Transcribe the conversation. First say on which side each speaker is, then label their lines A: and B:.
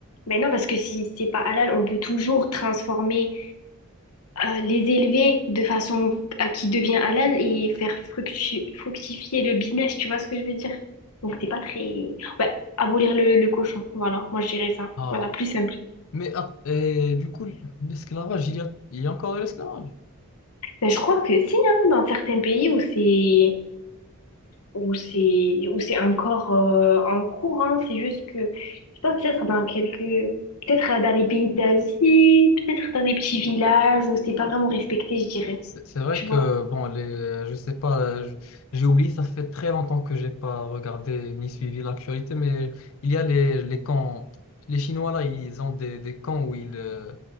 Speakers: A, on the left; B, on the left.
A: Mais non, parce que si c'est pas halal, on peut toujours transformer, euh, les élever de façon à qui devient halal et faire fructu- fructifier le business. Tu vois ce que je veux dire? Donc c'est pas très. Ouais, abolir le, le cochon. Voilà, moi je dirais ça.
B: Ah,
A: Voilà, plus simple.
B: mais ah, et du coup, l'esclavage, il y a, il y a encore de l'esclavage.
A: Ben, je crois que si, hein, dans certains pays où c'est où c'est où c'est encore euh, en cours, hein, c'est juste que je sais pas peut-être dans quelques peut-être dans les pays d'Asie, peut-être dans des petits villages où c'est pas vraiment respecté, je dirais.
B: C'est c'est vrai
A: Tu
B: que,
A: vois?
B: bon, les, je sais pas, je- j'ai oublié, ça fait très longtemps que j'ai pas regardé ni suivi l'actualité, mais il y a les, les camps, les Chinois là, ils ont des, des camps où ils, euh,